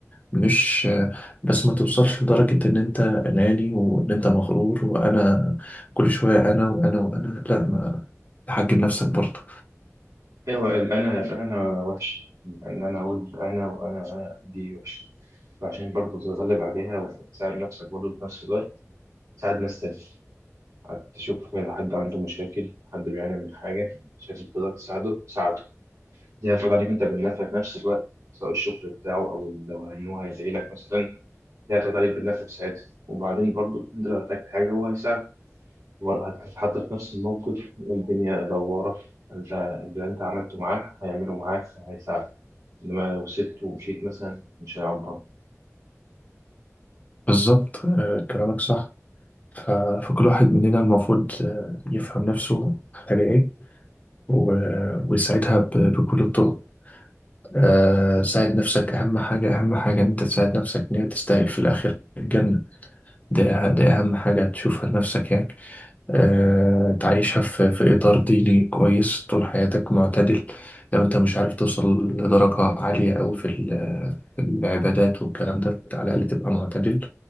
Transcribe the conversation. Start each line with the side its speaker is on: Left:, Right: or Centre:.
Left: مش آه، بس ما توصلش لدرجة إن أنت أناني وإن أنت مغرور وأنا كل شوية أنا وأنا وأنا لا ما تحجم نفسك برضه
Right: أيوة الأنا الأنا وحش إن أنا أقول أنا وأنا وأنا دي وحشة فعشان برضه تتغلب عليها وتساعد نفسك برضه في نفس الوقت تساعد ناس تانية حد تشوف حد عنده مشاكل حد بيعاني من حاجة شايف إنك تقدر تساعده ساعده دي هتفرض عليك أنت بالنفع في نفس الوقت سواء الشغل بتاعه أو لو إن هو هيدعي لك مثلا ده هتاخد عليك بالنفع في ساعتها وبعدين برضه انت لو احتجت حاجه هو هيساعدك برضه هتتحط في نفس الموقف الدنيا دواره انت اللي انت عملته معاه هيعمله معاك وهيساعدك انما لو سبته ومشيت مثلا مش هيعبر
Left: بالظبط آه، كلامك صح ف- فكل واحد مننا المفروض آه، يفهم نفسه محتاجة إيه و- ويساعدها ب- بكل الطرق آه، ساعد نفسك أهم حاجة أهم حاجة إن أنت تساعد نفسك إن هي تستاهل في الآخر الجنة ده ده أهم حاجة تشوفها لنفسك يعني آه، تعيشها في في إطار ديني كويس طول حياتك معتدل لو أنت مش عارف توصل لدرجة عالية أوي في ال- في العبادات والكلام ده على الأقل تبقى معتدل